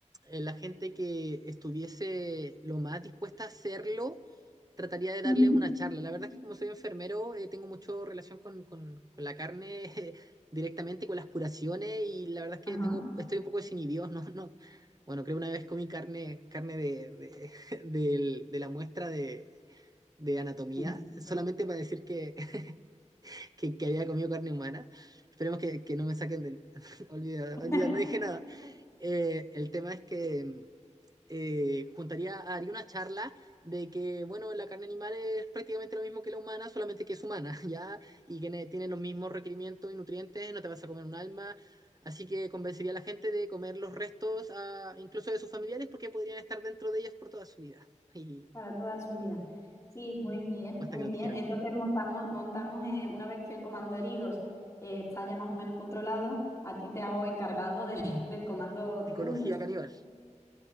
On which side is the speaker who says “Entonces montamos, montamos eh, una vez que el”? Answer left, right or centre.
Left